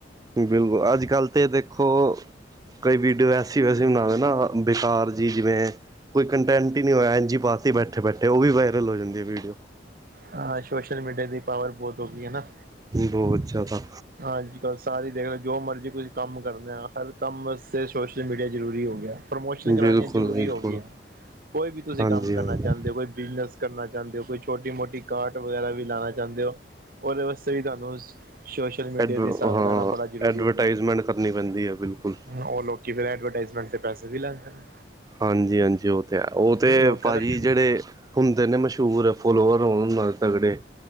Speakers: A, on the right (about 20°); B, on the right (about 50°).
A: ਬਿਲਕੁੱਲ ਅੱਜ ਕੱਲ੍ਹ ਤੇ ਦੇਖੋ ਕੋਈ ਵੀਡੀਓ ਐਸੀ ਵੈਸੀੇ ਬਣਾਵੇ ਨਾ ਬੇਕਾਰ ਜੀ ਜਿਵੇਂ ਕੋਈ ਕੰਟੈਂਟ ਕੁਝ ਨਹੀਂ ਹੋਇਆ ਪਾਤੀ ਬੈਠੇ ਬੈਠੇ ਉਹ ਵੀ ਵਾਇਰਲ ਹੋ ਜਾਂਦੀ ਵੀਡੀਓ
B: ਹਾਂ ਸੋਸ਼ਲ ਮੀਡੀਆ ਦੀ ਪਾਵਰ ਬਹੁਤ ਹੋ ਗਈ ਹੈਨਾ।
A: ਬਹੁਤ ਜ਼ਿਆਦਾ
B: ਅੱਜ ਕੱਲ੍ਹ ਸਾਰੀ ਦੇਖ ਲੋ ਜੋ ਮਰਜ਼ੀ ਕੁੱਛ ਕੰਮ ਕਰਦੇ ਹਾਂ, ਹਰ ਕੰਮ 'ਤੇ ਸੋਸ਼ਲ ਮੀਡੀਆ ਜ਼ਰੂਰੀ ਹੋ ਗਿਆ ਪ੍ਰਮੋਸ਼ਨ ਕਰਾਉਣੀਆਂ
A: ਬਿਲਕੁਲ
B: ਜ਼ਰੂਰੀ
A: ਬਿਲਕੁਲ
B: ਹੋ ਗਈ ਆਂ। ਕੋਈ ਵੀ ਤੁਸੀਂ
A: ਹਾਂਜੀ
B: ਕੰਮ ਕਰਨਾ
A: ਹਾਂਜੀ
B: ਚਾਹੁੰਦੇ ਹੋ ਕੋਈ ਬਿਜ਼ਨਸ ਕਰਨਾ ਚਾਹੁੰਦੇ ਹੋ ਕੋਈ ਛੋਟੀ ਮੋਟੀ ਕਾਰਟ ਰਟ ਵਗੈਰਾ ਵੀ ਲਾਉਣਾ ਚਾਹੁੰਦੇ ਹੋ ਉਹਦੇ ਵਾਸਤੇ ਵੀ ਤੁਹਾਨੂੰ ਸੋਸ਼ਲ ਮੀਡੀਆ
A: ਐਡਵ
B: ਦੀ ਸਹਾਰਾ
A: ਹਾਂ
B: ਲੈਣਾ ਬੜਾ ਜ਼ਰੂਰੀ
A: ਐਡਵਰਟਾਈਜ਼ਮੈਂਟ
B: ਹੋ ਗਿਆ
A: ਕਰਨੀ ਪੈਂਦੀ ਹੈ ਬਿਲਕੁੱਲ
B: ਉਹ ਲੋਕੀ ਫਿਰ ਐਡਵਰਟਾਈਜ਼ਮੈਂਟ ਦੇ ਪੈਸੇ ਵੀ ਲੈਂਦੇ ਨੇ।
A: ਹਾਂਜੀ-ਹਾਂਜੀ ਉਹ ਤੇ ਹੈ ਉਹ ਤੇ
B: ਲੋਕਾਂ
A: ਭਾਜੀ
B: ਦਾ ਬਿਜ
A: ਜਿਹੜੇ ਹੁੰਦੇ ਨੇ ਮਸ਼ਹੂਰ ਹੈ ਫਲੋਵਰ ਹੋਨ ਨਾਲ ਤਗੜੇ